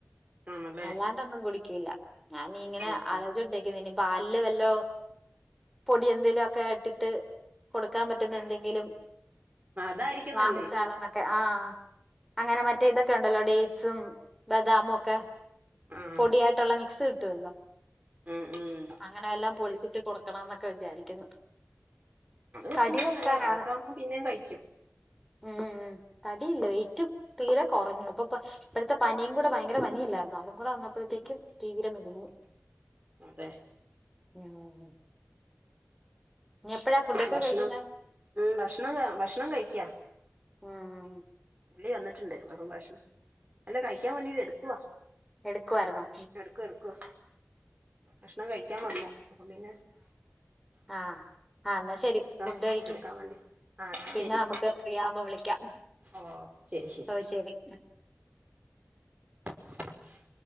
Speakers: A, on the right; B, in the centre.
A: ആണല്ലേ
B: അല്ലാണ്ടൊന്നും കുടിക്കൂല്ല ഞാനീങ്ങനെ
A: ഉം ഉം
B: ആലോചണ്ട് ഇ പാലിൽവല്ലോ പൊടി എന്തേലൊക്കെ ഇട്ടിട്ട് കൊടുക്കാൻ പറ്റുന്ന എന്തെങ്കിലും
A: അതായിരിക്കും
B: വാങ്ങിച്ചാലെന്നൊക്കെ
A: നല്ലേ
B: ആ അങ്ങനെ മറ്റേ ഇതൊക്കെ ഉണ്ടല്ലോ ഡേയ് സും ബദാമും ഒക്കെ
A: ആഹ്
B: പൊടിയായിട്ടുള്ള മിക്സ് കിട്ടുല്ലോ
A: ഉം ഉം
B: അങ്ങനെ എല്ലാം പൊളിച്ചിട്ട് കൊടുക്കണം ന്നൊക്കെ വിചാരിക്കുന്നു
A: അത് കുറച്ചും
B: തടി
A: കൂടി
B: വെക്കാനാണ്
A: നല്ലതാ അതൊക്കെ ആകുമ്പോം പിന്നെ കയ്ക്കും
B: ഉം തടിയില്ല വെയ്റ്റും തീരെ കൊറഞ്ഞു അപ്പൊ ഇപ്പഴത്തെ പനിയും കൂടെ ഭയങ്കര പനി ല്ലായിരുന്നോ അതുകൂടെവന്നപ്പോഴത്തേക്കും തീരെ മെലിഞ്ഞു
A: അതെ
B: ഉം എപ്പഴാ ഫുഡൊക്കെ
A: ഭക്ഷണം
B: കഴിക്കുന്നെ
A: ഉം ഭക്ഷണം ഭക്ഷണം കഴിക്കാ
B: ആഹ
A: പുള്ളി വന്നിട്ടുണ്ട് ഭക്ഷണം അല്ല കഴിക്കാൻ വേണ്ടീട്ട് എടുക്കുവാ
B: എടുക്കുവാർന്നോ
A: എടുക്കുവാ എടുക്കുവാ ഭക്ഷണം കഴിക്കാൻ വന്നു അപ്പൊ പിന്നെ
B: ആഹ ആ എന്നാ ശരി
A: എടുക്കാം
B: ഫുഡ് കഴിക്കി
A: എടുക്കാൻ വേണ്ടി ആഹ് എന്നാ
B: പിന്നെ
A: ശരി
B: നമുക്ക് ഫ്രീ ആവുമ്പോ വിളിക്കാം
A: ഓ ശരി ശരി
B: ഓ ശെരി
A: <unintelligible>